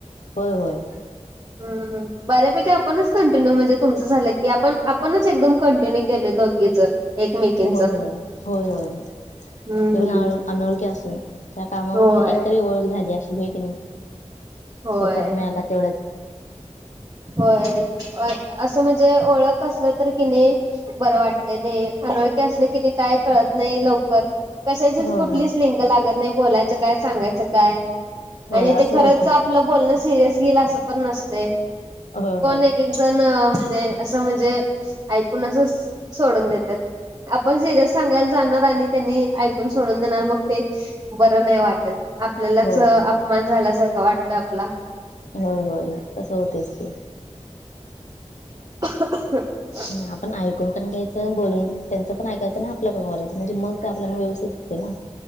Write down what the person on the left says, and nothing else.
होय होय.
होयय होय होय
तेवणळ. अनोळख्या असून त्या कामावरून
एकतरी ओळख झाली अशी होय की नाही.
सपोर्ट मिळाला तेवढाच.
होय
होय
होय
असं
होतंय
होय
होय
होय
होय होय तसं होतेच ते.
आपण ऐकून पण घ्यायचं बोलून त्यांचं पण ऐकायचं नाही आपलं पण बोलायचं म्हणजे मग ते आपल्याला व्यवस्थितीत होतंय ना.